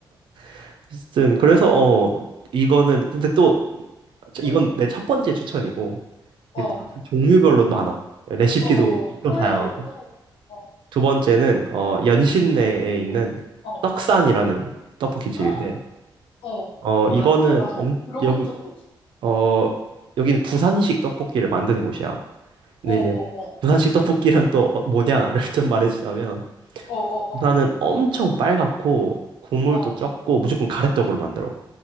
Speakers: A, on the right (about 70°); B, on the left (about 90°).
A: <laughs> 어쨌든 그래서
B: 어,
A: 어 이거는 근데 또 자,
B: 어,
A: 이건 내 첫 번째 추천이고
B: 어,
A: 이게 또 종류별로 많아 레시피도
B: 어, 어.
A: 엄청
B: 또
A: 다양하고
B: 해줘, 또 해줘. 어,
A: 두 번째는 어 연신내에 있는
B: 어.
A: 떡산이라는 떡볶이 집인데
B: <gasps> 헉! 어,
A: 어,
B: 거기
A: 이거는
B: 맛있어? 나는
A: 엄,
B: 들어본
A: 여기,
B: 적도 없어.
A: 어, 여기는 부산식 떡볶이를 만드는 곳이야. 근데
B: 어, 어,
A: 이제
B: 어.
A: 부산식 떡볶이란 또 어- 뭐냐를 <laughs> 좀 말해주자면
B: 어, 어,
A: 부산은 엄청 빨갛고 국물도
B: 어.
A: 적고
B: 어.
A: 무조건 가래떡으로 만들어.